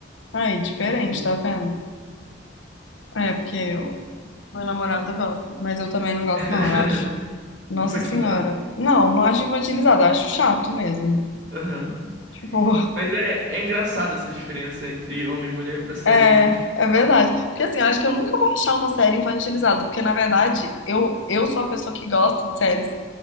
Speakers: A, on the left (about 80°); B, on the right (about 70°).
A: Aí, diferente,
B: Entende?
A: tá vendo? É, porque o meu namorado gosta, mas eu também não gosto,
B: <laughs>
A: não, eu acho. Nossa
B: Infantilizado?
A: Senhora. Não, não acho infantilizado, eu acho chato mesmo.
B: Aham.
A: Tipo,
B: Mas é, é engraçado essa diferença entre homem e mulher
A: <laughs>
B: pra série,
A: é,
B: viu?
A: é verdade. Porque assim, eu acho que eu nunca vou achar uma série infantilizada, porque na verdade eu, eu sou a pessoa que gosta de séries